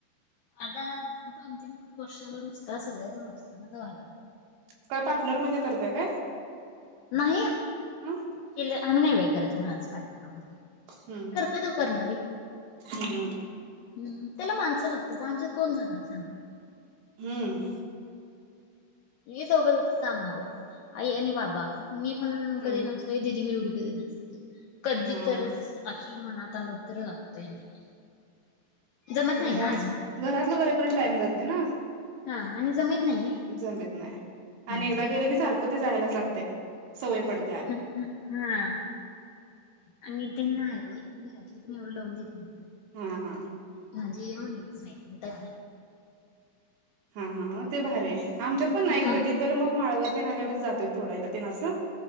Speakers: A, on the left; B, on the right.
A: आता तो अंतिम वर्षाला नुसता सगळ्याच नुकसानाच वला
B: काय पार्टनरमध्येध्ये करताय काय?
A: नाही
B: हं
A: केल आम्ही नाही बाई करत कुणाच पार्टनर मधी
B: हम्म
A: करतेत ओ करणारी
B: हम्म
A: हम् त्याला माणसं लागत आमच्या कोण जाणार सांगा.
B: हम्म
A: हे दोघं कामावर आई आणि बाबा मी पण
B: हम्म हम्म
A: कधी नस. ए दिदी मी एवढी कधी नसते कधी
B: हा
A: तरच अशी मनात आलोतर जागतोय मी जमत नाही
B: घरात
A: ना अजून काय ते
B: घरातलं करेपर्यंत टाइम जाते ना
A: हा आणि जमत नाही ना
B: जमत नाही
A: हम्म
B: आणि एकदा गेलं की सारखं म ते जायलाच लागतय सवय पडते आणि
A: हा आणि ते नाही घरातलं पण एवढं लावून देत नाहीत
B: हा, हा
A: म्हणजे हे म्हण येज नाही नते
B: हा, हा म ते भार आहे आमच्यात पण नाही
A: हा
B: कधी तर मग माळवतेन आल्यावरच जातोय तथोडायला ते ना असं.